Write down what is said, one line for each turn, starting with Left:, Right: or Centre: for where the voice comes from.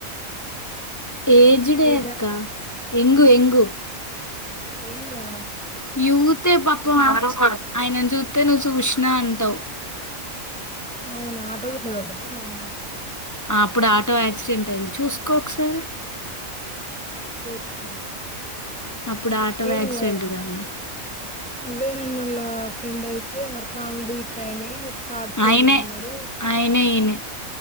Left: ఏజడే
Centre: ఏజా
Left: అక్క ఎంగు ఎంగూ
Centre: యంగా
Left: యూతే పక్క ఆయన చూస్తే నువ్వు చూసినా అంటావ్
Centre: అవునా ఆటో గేట్ల తోలుతాడు ఏంటో అన్న
Left: అప్పుడు ఆటో యాక్సిడెంట్ అయింది చూసుకో ఒకసారి
Centre: సోపుత
Left: అప్పుడు ఆటో
Centre: ఏమో
Left: యాక్సిడెంట్
Centre: మరీ
Left: కాంది
Centre: వేనన్నల ఫ్రెండ్ అయితే మరి కామెడీ హిట్ అయినాయి థర్డ్ స్టేజ్
Left: ఆయనే
Centre: లో ఉన్నాడు
Left: ఆయనే ఈయనే